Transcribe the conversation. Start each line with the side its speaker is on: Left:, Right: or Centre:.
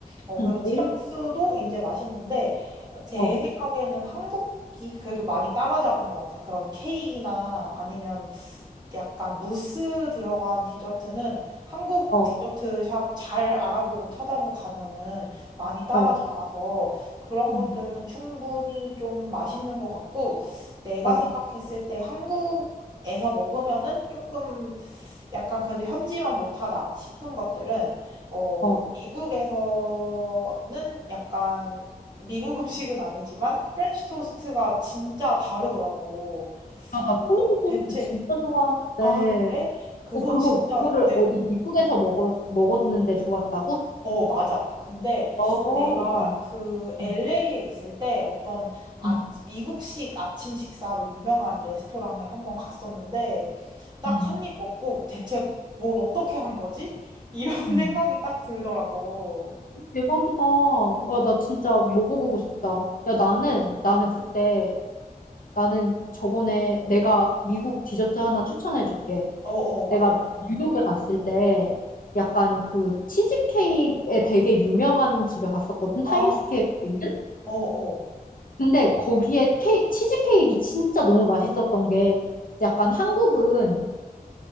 Right: 어,
Left: 응.
Right: 그래서
Left: 오,
Right: 티라미수도 이제 맛있는데, 제
Left: 어,
Right: 생각에는 한국이 그래도 많이 따라잡은 것 같아. 그런 케이크나 아니면 약간 무스 들어간 디저트는 한국
Left: 어,
Right: 디저트 샵 잘 알아보고 찾아서 가면은 많이 따라잡아서
Left: 어,
Right: 그런 것들은
Left: 응,
Right: 충분히 좀 맛있는 것 같고 내가
Left: 어,
Right: 생각했을 때 한국에서 먹으면은 조금 약간 그래도 현지만 못하다 싶은 것들은 어
Left: 어.
Right: 미국에서는 약간 미국 음식은 아니지만 프렌치 토스트가 진짜 다르더라고.
Left: 아, 나
Right: 그래서
Left: 토마토 소스
Right: 대체
Left: 진짜 좋아하는데,
Right: 아, 그래? 그래서
Left: 어, 그거,
Right: 진짜,
Left: 그거를
Right: 네.
Left: 어디 미국에서 먹었, 먹었는데 좋았다고?
Right: 어, 맞아. 근데
Left: 어, 어.
Right: 내가 그 LA에
Left: 응,
Right: 있을 때 어떤 아,
Left: 응,
Right: 미국식 아침 식사로 유명한 레스토랑에 한번 갔었는데 딱
Left: 응.
Right: 한 입 먹고 대체 뭘 어떻게 한 거지? 이런 <laughs>
Left: 응.
Right: 생각이 딱 들더라고.
Left: 대박이다. 아, 나 진짜 먹어보고 싶다. 야, 나는, 나는 그때, 나는 저번에 내가 미국 디저트 하나 추천해줄게.
Right: 어, 어, 말해줘.
Left: 내가 뉴욕에 갔을 때, 약간 그 치즈케이크에 되게 유명한 집에 갔었거든.
Right: 아,
Left: 타임스퀘어에 있는?
Right: 어, 어.
Left: 근데 거기에 케이, 치즈케이크가 진짜 너무 맛있었던 게 약간 한국은